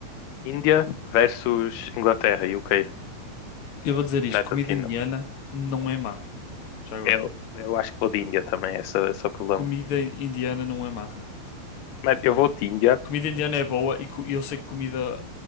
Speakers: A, on the left; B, on the left.
A: Índia versus Inglaterra e UK,
B: Eu vou dizer isto,
A: United
B: comida
A: Kingdom.
B: indiana não é má. Já agora.
A: Eu, eu acho que vou de Índia também, esse, esse é o problema.
B: Comida indiana não é má.
A: Mano, eu vou de Índia,
B: Comida indiana é boa e co- e eu sei que comida,